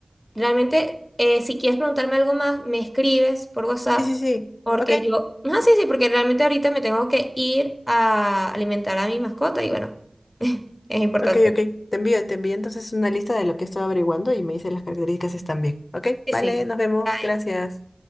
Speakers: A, on the left; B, on the left.
A: realmente, eh, si quieres preguntarme algo más, me escribes por WhatsApp.
B: Sí, sí, sí.
A: Porque
B: Ok,
A: yo, no, sí, sí, porque realmente ahorita me tengo que ir a alimentar a mi mascota y bueno, <laughs> es importante.
B: ok, ok. Te envío, te envío entonces una lista de lo que estoy averiguando y me dices las características si están bien. Ok,
A: Sí,
B: vale,
A: sí.
B: nos vemos.
A: Ahí
B: Gracias.